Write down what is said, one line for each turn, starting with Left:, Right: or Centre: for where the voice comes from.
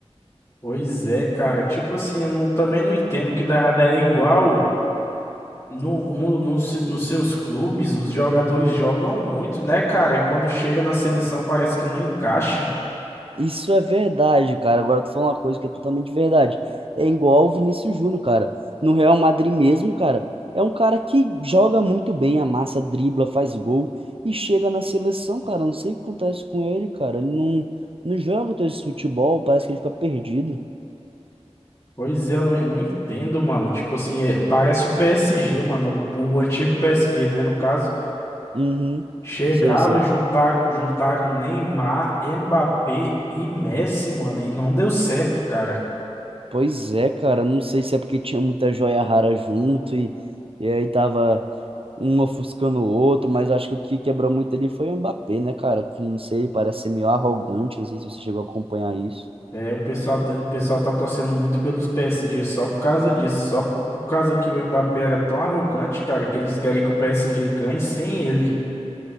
Left: Pois é, cara. Tipo assim, eu não- também não entendo o que dá errado. É igual. No, no, no se- nos seus clubes, os jogadores jogam muito, né, cara? E quando chega na seleção parece que não encaixa.
Right: Isso é verdade, cara. Agora tu falou uma coisa que é totalmente verdade. É igual o Vinícius Júnior, cara. No Real Madrid mesmo, cara, é um cara que joga muito bem, amassa, dribla, faz gol e chega na seleção, cara. Não sei o que acontece com ele, cara. Ele não, não joga todo esse futebol, parece que ele fica perdido.
Left: Pois é, eu não, eu não entendo, mano. Tipo assim, é, parece o PSG, mano. O, o antigo PSG, né, no caso.
Right: Uhum.
Left: Chegava,
Right: Sei, sei.
Left: juntaram, juntaram Neymar, Mbappé e Messi, mano. E não deu certo, cara.
Right: Pois é, cara, não sei se é porque tinha muita joia rara junto e, e aí tava um ofuscando o outro, mas acho que o que quebrou muito ali foi o Mbappé, né, cara? Que não sei, parece ser meio arrogante, não sei se você chegou a acompanhar isso.
Left: É, o pessoal, o pessoal tá torcendo muito pelos PSG só por causa disso. Só por causa que o Mbappé era tão arrogante, cara, que eles querem que o PSG ganhe sem ele.